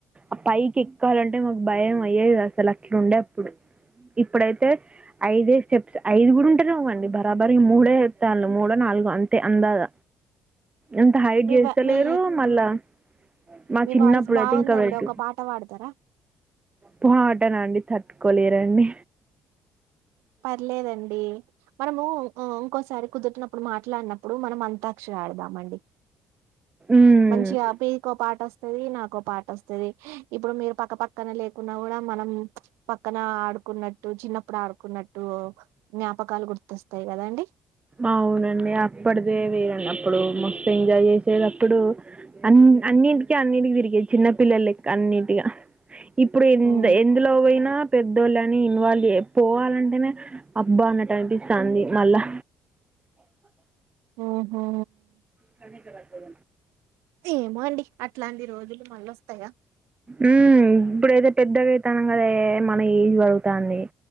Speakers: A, on the right; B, on the right.
A: ఆ పైకి ఎక్కాలంటే మాకు భయం అయ్యేది అసలు అట్లుండే అప్పుడు ఇప్పుడైతే ఐదే స్టెప్స్ ఐదు కూడా ఉంటానేవ్వండి బరాబరి మూడే చెతలు మూడు నాలుగు అంతే అందాద ఎంత హైట్
B: మీ
A: చేస్తలేరు
B: వ మీ
A: మళ్ళా మా
B: మీ
A: చిన్నప్పుడు
B: వాయిస్ బాగుందండి
A: అయితే ఇంకా వెటు
B: ఒక పాట పాడతారా
A: పుహా ఆటన అండి తట్టు కొలేరండి
B: పర్లేదండి మనము ఇంకోసారి కుదురినప్పుడు మాట్లాడినప్పుడు మనం అంతాక్షరి ఆడదామండి
A: ఉమ్.
B: మంచిగా మీకో పాట అస్తది నాకో పాట అస్ తది ఇప్పుడు మీరు పక్క పక్కన లేకున్నా కూడా మనం పక్కన ఆడుకున్నట్టు చిన్నప్పుడు ఆడుకున్న టు జ్ఞాపకాలు గుర్తొస్తాయి కదండి
A: అవునండి అప్పటిదే వెరండి అప్పుడు మస్తు ఎంజాయ్ చేసేదప్పుడు అన్ అన్నింటికి అన్నింటికి తిరిగేది చిన్న పిల్లలు లెక్క అన్నింటిగా ఇప్పుడు ఎందు
B: హ్మ్.
A: ఎందులో వోయినా పెద్దోళ్ళు అని ఇన్వాల్వ్ పోవాలంటేనే అబ్బా అన్నట్టు అనిపిస్తంది మళ్ళా
B: ఉహూ
A: కంతలా పోడ
B: ఏమో అండి అట్లాంటి రోజులు మల్లొస్తాయ
A: ఉ ఇప్పుడయితే పెద్దగైతానం కదా ఏమన ఏజ్ పెరుగుతాంది